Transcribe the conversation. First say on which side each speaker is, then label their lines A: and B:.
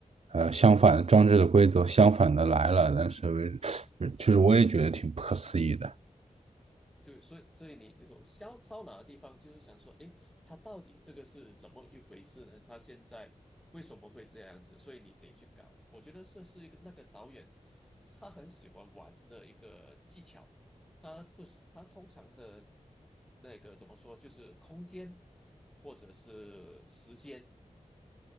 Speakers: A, on the right; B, in the centre.
A: 呃，相反装置的规则相反的来了，但是为 <sucks teeth> 就是我也觉得挺不可思议的。
B: 对，所以所以你说烧烧脑的地方，就是想说，诶，他到底这个是怎么一回事呢？他现在为什么会这样子？所以你得去搞。我觉得这是一个那个导演他很喜欢玩的一个技巧。他不是他通常的那个怎么说，就是空间或者是时间。